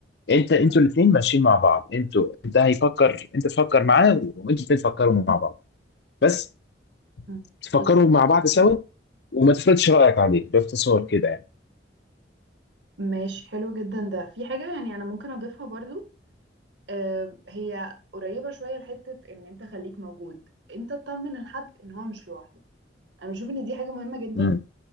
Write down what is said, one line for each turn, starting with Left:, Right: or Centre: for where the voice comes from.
Left: انت انتوا الاثنين ماشيين مع بعض انتوا انت هيفكر انت تفكر معاه وانتوا الاثنين تفكروا مع بعض بس
Right: مم.
Left: تفكروا
Right: بالظبط
Left: مع بعض سوا وما تفرضش رايك عليه باختصار كده يعني
Right: ماشي حلو جدا ده في حاجة يعني انا ممكن اضيفها برضو آه هي قريبة شوية لحتة ان انت خليك موجود انت تطمن الحد ان هو مش لوحده انا بشوف ان دي حاجة مهمة جدا
Left: امم